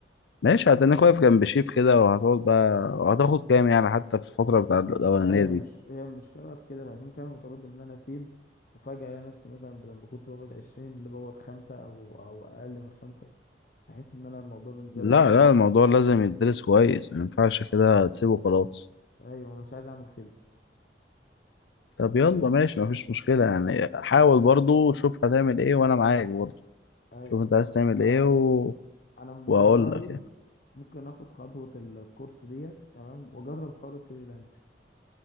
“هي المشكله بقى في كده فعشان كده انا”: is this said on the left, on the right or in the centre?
Left